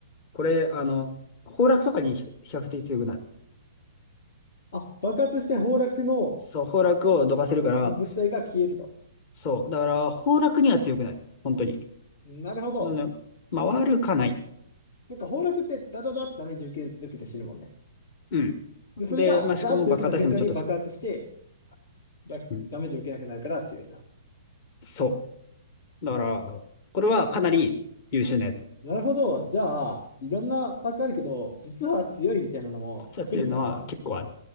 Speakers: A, on the left (about 35°); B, on the left (about 60°).
A: これ、あの、崩落とかに比較的強くなる。
B: あ、爆発して崩落の
A: そう、崩落をどかせるから、
B: の物体が消えると。
A: そう。だから、崩落には強くなる。本当に。
B: なるほど。
A: なので、まあ、悪かない。
B: なんか崩落ってダダダってダメージ受ける、受けて死ぬもんね。
A: うん。
B: で、それがダーって受けた瞬間に爆発して、
A: で、まあ、しかも爆破耐性もちょっとつく。
B: ダダメージを受けなくなるから強いと。
A: うん。そう。だから、これはかなり優秀なやつ。
B: なるほど。じゃあ、いろんなパックあるけど、実は強いみたいなのも隠れてたんだな。
A: 実は強いのは結構ある。